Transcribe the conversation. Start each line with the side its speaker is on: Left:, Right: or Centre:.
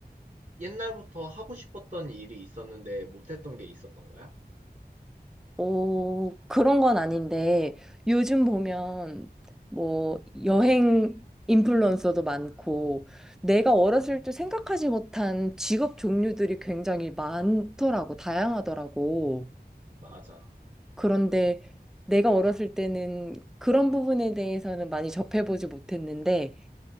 Right: 옛날부터 하고 싶었던 일이 있었는데 못했던 게 있었던 거야?
Centre: 오, 그런 건 아닌데 요즘 보면 뭐 여행 인플루언서도 많고 내가 어렸을 때 생각하지 못한 직업 종류들이 굉장히 많더라고, 다양하더라고.
Right: 맞아.
Centre: 그런데 내가 어렸을 때는 그런 부분에 대해서는 많이 접해보지 못했는데